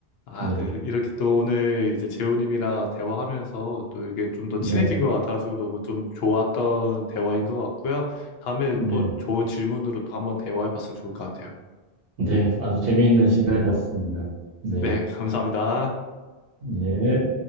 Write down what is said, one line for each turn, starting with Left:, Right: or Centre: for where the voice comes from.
Left: 아,
Right: 네.
Left: 네. 이렇게 또 오늘 이제 재우님이랑 대화하면서 또 이게 좀 더
Right: 네.
Left: 친해진 것 같아가지고 너무 좀 좋았던 대화인 것 같고요. 다음에
Right: 네.
Left: 또 좋은 질문으로 또 한번 대화해봤으면 좋을 것 같아요.
Right: 네. 아주 재미있는 시간이었습니다. 네.
Left: 네, 감사합니다.
Right: 네.